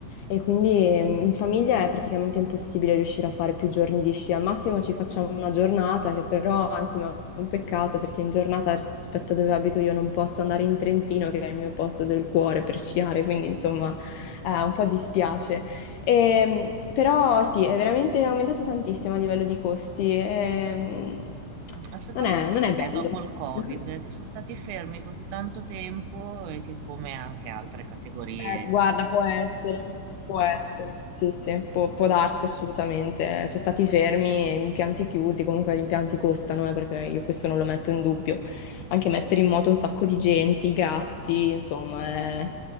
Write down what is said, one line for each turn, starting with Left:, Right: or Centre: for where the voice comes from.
Left: E quindi ehm, in famiglia è praticamente impossibile riuscire a fare più giorni di sci. Al massimo ci facciamo una giornata, che però insomma è un peccato perché in giornata rispetto a dove abito io non posso andare in Trentino, che è il mio posto del cuore per sciare, quindi insomma eh, un po' dispiace. Ehm, però sì, è veramente aumentato tantissimo a livello di costi. Ehm,
Right: Mm, Ma secondo
Left: non è
Right: me
Left: non
Right: sai
Left: è
Right: che
Left: bello.
Right: è dopo il Covid
Left: <laughs>
Right: che sono stati fermi così tanto tempo e che come anche altre categorie.
Left: Eh, guarda, può essere, può
Right: Mm.
Left: essere, sì, sì, può, può darsi assolutamente. Sono stati fermi, gli impianti chiusi, comunque gli impianti costano, eh, perché io questo non lo metto in dubbio. Anche mettere in moto un sacco di gente, i gatti, insomma, è-